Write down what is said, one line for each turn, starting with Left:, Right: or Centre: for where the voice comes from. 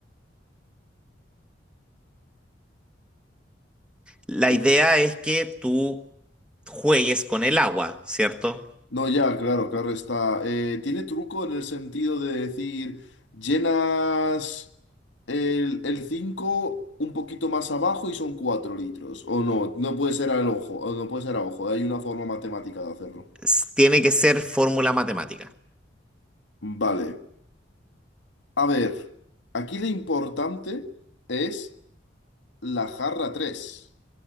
Centre: La
Left: Uh,
Centre: idea es que tú juegues con el agua, ¿cierto?
Left: No, ya, claro, claro está. Eh, tiene truco en el sentido de decir, llenas el, el 5 un poquito más abajo y son 4 litros. O no, no puede ser al ojo, o no puede ser a ojo. Hay una forma matemática de hacerlo.
Centre: S- Tiene que ser fórmula matemática.
Left: Vale. A ver, aquí lo importante es la jarra tres